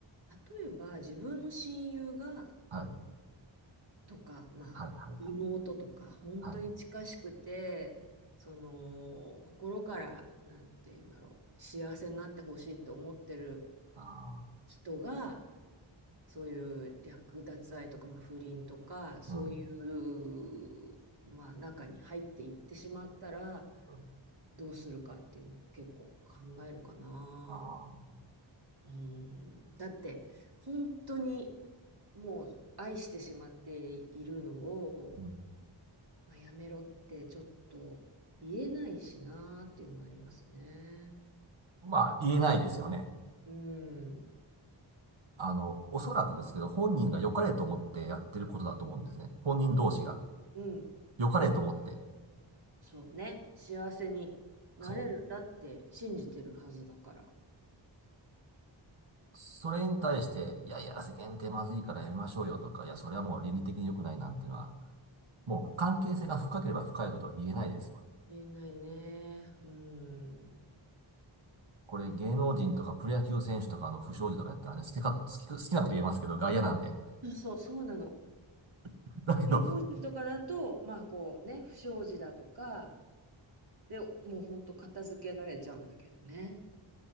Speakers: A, on the right; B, on the right.
A: 例えば自分の親友が、
B: はい。
A: とか、まあ、
B: はい、はい、はい。
A: 妹とか、本当に近しくて、
B: はい。
A: その、心から、なんて言うんだろう、幸せになってほしいと思ってる
B: ああ、
A: 人が、そういう略奪愛とか、まあ、不倫とか、そういう、
B: うん。
A: まあ、中に入っていってしまったら、
B: うん
A: どうするかっていうのを結構考えるかな。
B: ああ、
A: うん、だって本当にもう愛してしまっているのを、
B: うん。
A: まあ、やめろってちょっと言えないしなーっていうのはありますね。
B: まあ、言えないですよね。
A: うん。
B: あの、おそらくですけど、本人が良かれと思ってやってることだと思うんですね。本人同士が。
A: うん、うん
B: 良かれと思って。
A: そうね。幸せになれるんだって信じてるはずだから
B: そう。それに対して、いやいや、世間ってまずいからやめましょうよとか、いや、それはもう倫理的に良くないなんていうのは、もう関係性が深ければ深いほど言えないですよね。
A: 言えないね。うん。
B: これ芸能人とかプロ野球選手とかの不祥事とかやったらね、好きか、好き、好きなこと言えますけど、外野なんで。
A: そう、そうなの。
B: <laughs> だけど、
A: 芸能人とかだと、まあこうね、不祥事だとか、で、もうほんと片付けられちゃうんだけどね。